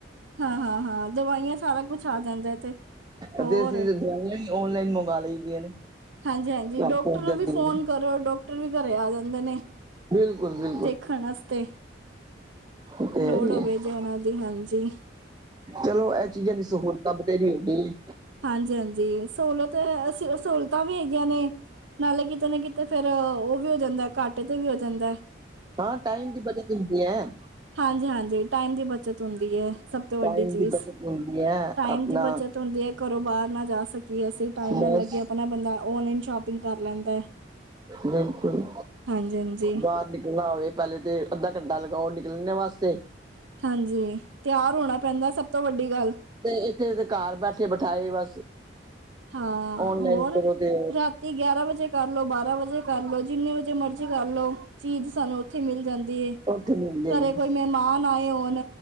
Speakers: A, on the right (about 85°); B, on the right (about 20°).
A: ਹਾਂ-ਹਾਂ-ਹਾਂ ਦਵਾਈਆਂ ਸਾਰਾ ਕੁਛ ਆ ਜਾਂਦਾ ਤੇ ਹੋਰ
B: ਭੀ ਅਸੀ ਦਵਾਈਆ ਹੀ ਔਨਲਾਈਨ ਮੰਗਵਾ ਲਈ ਦੀਆਂ ਨੇ।
A: ਹਾਂਜੀ, ਹਾਂਜੀ
B: ਘਰ
A: ਡਾਕਟਰ
B: ਪਹੁੰਚ
A: ਨੂੰ
B: ਜਾਂਦੀਆਂ
A: ਵੀ ਫੋਨ
B: ਨੇ।
A: ਕਰੋ। ਡਾਕਟਰ ਵੀ ਘਰੇ ਆ ਜਾਂਦੇ ਨੇ।
B: ਬਿਲਕੁਲ, ਬਿਲਕੁਲ।
A: ਦੇਖਣ ਆਸਤੇ।
B: ਉਹ ਤੇ
A: ਲੋੜ
B: ਹੈ ਹੀ
A: ਹੋਵੇ
B: ਹੈ
A: ਜੇ ਉਹਨਾਂ ਦੀ, ਹਾਂਜੀ।
B: 'ਚਲੋ ਇਹ ਚੀਜ਼ਾਂ ਦੀ ਸਹੂਲਤਾਂ ਬਥੇਰੀ ਹੋ ਗਈ ਏ
A: ਹਾਂਜੀ, ਹਾਂਜੀ ਸਹੂਲਤ ਤੇ ਹੈ ਅਸੀ ਸਹੂਲਤ ਤਾਂ ਵੀ ਹੈਗੀਆਂ ਨੇ, ਨਾਲੇ ਕਿਤੇ ਨਾ ਕਿਤੇ ਫੇਰ ਉਹ ਵੀ ਹੋ ਜਾਂਦਾ ਘਾਟੇ ਤੇ ਵੀ ਹੋ ਜਾਂਦਾ।
B: ਹਾਂ ਟਾਈਮ ਦੀ ਬੱਚਤ ਹੁੰਦੀ ਹੈ।
A: ਹਾਂਜੀ, ਹਾਂਜੀ ਟਾਈਮ ਦੀ ਬੱਚਤ। ਹੁੰਦੀ ਹੈ, ਸਭ ਤੋਂ ਵੱਡੀ
B: ਟਾਈਮ
A: ਚੀਜ਼,
B: ਦੀ ਬਚਤ ਹੁੰਦੀ ਹੈ
A: ਟਾਈਮ
B: ਆਪਣਾ
A: ਦੀ ਬੱਚਤ ਹੁੰਦੀ ਹੈ, ਘਰੋਂ ਬਾਹਰ ਨਾ ਜਾ ਸਕੀਏ ਅਸੀਂ, ਟਾਈਮ
B: ਬਸ
A: ਨਾ ਲੱਗੇ ਆਪਣਾ ਬੰਦਾ ਓਨਲਾਈਨ ਸ਼ੋਪਿੰਗ ਕਰ ਲੈਂਦਾ ਹੈ।
B: ਬਿਲਕੁਲ
A: ਹਾਂਜੀ-ਹਾਂਜੀ,
B: ਬਾਹਰ ਨਿਕਲਣਾ ਹੋਵੇ, ਪਹਿਲੇ ਤੇ ਅੱਧਾ ਘੰਟਾ ਲਗਾਓ ਨਿਕਲਨੇ ਵਾਸਤੇ
A: ਹਾਂਜੀ ਤਿਆਰ ਹੋਣਾ ਪੈਂਦਾ ਸਭ ਤੋਂ ਵੱਡੀ ਗੱਲ
B: ਤੇ ਇੱਥੇ ਦੇ ਘਰ ਬੈਠੇ ਬਿਠਾਏ ਬਸ
A: ਹਾਂ
B: ਔਨਲਾਈਨ
A: ਹੋਰ
B: ਕਰੋ ਤੇ
A: ਰਾਤੀ ਗਿਆਰਾਂ ਵਜੇ ਕਰ ਲੋ, ਬਾਰਾਂ ਵਜੇ ਕਰ ਲਓ ਜਿੰਨੇ ਵਜੇ ਮਰਜ਼ੀ ਕਰ ਲੋ ਚੀਜ਼ ਸਾਨੂੰ ਉੱਥੇ ਮਿਲ ਜਾਂਦੀ ਏ,
B: ਉੱਥੇ ਮਿਲ ਜਾਏਗੀ।
A: ਘਰੇ ਕੋਈ ਮਹਿਮਾਨ ਆਏ ਹੋਣ